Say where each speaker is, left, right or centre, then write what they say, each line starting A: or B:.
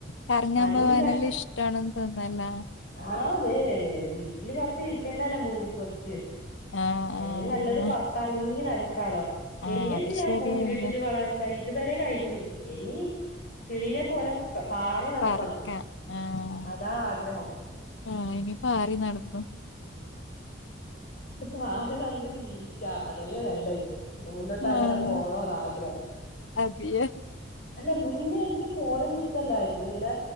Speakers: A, on the left; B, on the left.
A: കറങ്ങാൻ
B: അതും
A: പോവാനല്ലാം ഇഷ്ട്വാണ്ന്ന് തോന്ന അല്ലെ
B: ആഹ് അതെ വീട്ടില് വെറുതെ ഇരി ക്കണ്ടലൊ മൂടി പൊതച്ച്
A: ആഹ്
B: അയിന്
A: ആഹ്
B: നല്ലത് പുറത്തറങ്ങി നടക്കാലോ
A: ആഹ്
B: ഇനി
A: അത്
B: എന്തിനാ
A: ശരിയന്നെ
B: കൂട്ടിലിട്ടിട്ട് വളര്ണ് ഇതുവരെ കഴിഞ്ഞു ഇനി കിളീനെ പോലെ പാറി നടക്കണം
A: പറക്കാം ആഹ്
B: അത ആഗ്രഹം
A: ആഹ് ഇനി പാറി നടന്നു
B: പ്പപാറി നടന്ന് ജീവിക്ക അതല്ലേ നല്ലത് ഇ മുന്നോട്ട് അങ്ങനെ
A: ആഹ്
B: പോണോന്ന് ആഗ്രഹം
A: അതെയാ
B: അല്ല മുന്നേ എനിക്ക് പോന്നത് ഇഷ്ടല്ലായിര്ന്ന് ഇങ്ങനെ